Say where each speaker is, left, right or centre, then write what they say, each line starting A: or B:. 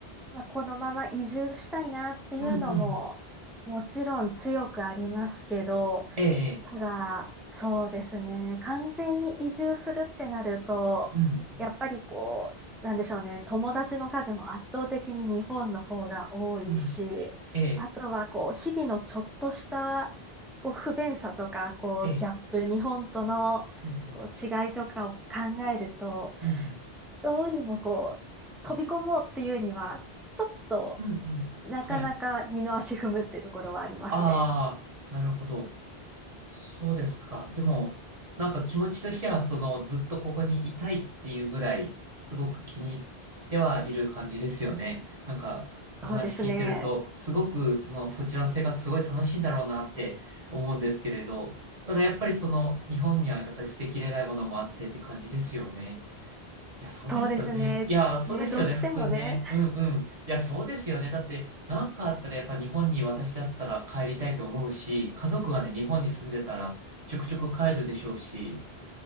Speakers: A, in the centre; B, on the right.
A: まあ、このまま移住したいなっていうのも、
B: うんうん。
A: もちろん強くありますけど、
B: ええ、
A: ただ、
B: ええ
A: そうですね。完全に移住するってなると、
B: うん、
A: やっぱりこう、なんでしょうね。友達の数も圧倒的に日本の方が多いし、
B: うん、ええ、
A: あとはこう、日々のちょっとした、こう、不便さとか、こう、
B: ええ、
A: ギャップ、日本との、
B: うん
A: こう、違いとかを考えると、
B: うん、うんうん。
A: どうにもこう、飛び込もうっていうには、ちょっと、
B: うんうん。
A: なかなか二の足踏むっていうところはありますね。
B: はい。ああ、なるほど。そうですか。でも、なんか気持ちとしては、その、ずっとここにいたいっていうぐらい、すごく気に入ってはいる感じですよね。なんか、お話聞いてると、
A: そうですね。
B: すごく、その、そちらの生活すごい楽しいんだろうなって思うんですけれど、ただやっぱりその、日本にはやっぱり捨てきれないものもあってって感じですよね。いや、そうですよね。
A: そうですね。
B: いや、そうですよね、
A: ね、どうしてもね、
B: 普通ね。うんうん。いや、そうですよね。だって、なんかあったらやっぱ日本に私だったら帰りたいと思うし、家族がね、日本に住んでたらちょくちょく帰るでしょうし、